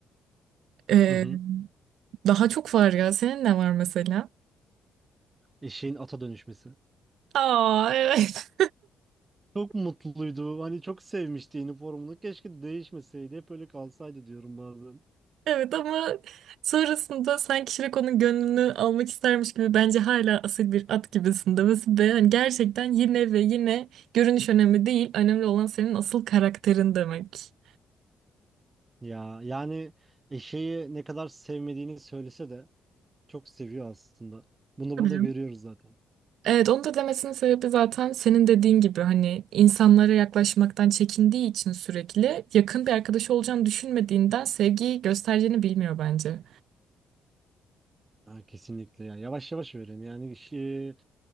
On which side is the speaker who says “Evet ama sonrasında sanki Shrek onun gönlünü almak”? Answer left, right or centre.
Right